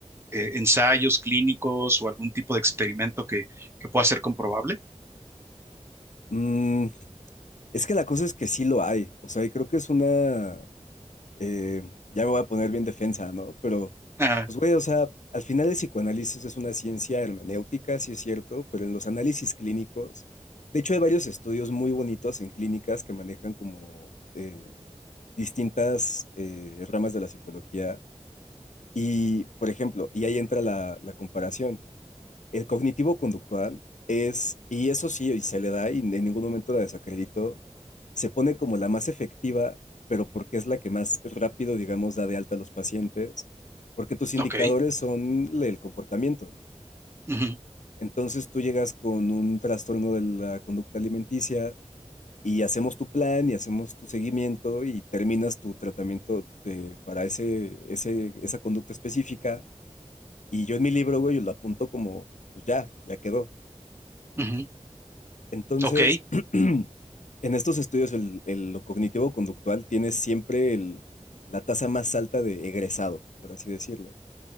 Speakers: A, on the right (about 20°); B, on the left (about 80°).
A: eh, ensayos clínicos o algún tipo de experimento que, que pueda ser comprobable?
B: Mm, es que la cosa es que sí lo hay, o sea, y creo que es una, eh, ya me voy a poner bien defensa, ¿no? Pero,
A: Ah,
B: pues güey, o sea, al final el psicoanálisis es una ciencia hermenéutica, sí es cierto, pero en los análisis clínicos, de hecho hay varios estudios muy bonitos en clínicas que manejan como eh, distintas eh, ramas de la psicología. Y, por ejemplo, y ahí entra la, la comparación. El cognitivo conductual es, y eso sí, y se le da y en ningún momento la desacredito, se pone como la más efectiva, pero porque es la que más rápido, digamos, da de alta a los pacientes, porque tus indicadores
A: ok.
B: son el comportamiento.
A: Ujú,
B: Entonces tú llegas con un trastorno de la conducta alimenticia y hacemos tu plan y hacemos tu seguimiento y terminas tu tratamiento eh, para ese, ese, esa conducta específica. Y yo en mi libro, güey, lo apunto como, pues ya, ya quedó.
A: ujú.
B: Entonces,
A: Ok,
B: <clears throat> en estos estudios, el, el- lo cognitivo-conductual tiene siempre el- la tasa más alta de egresados, por así decirlo.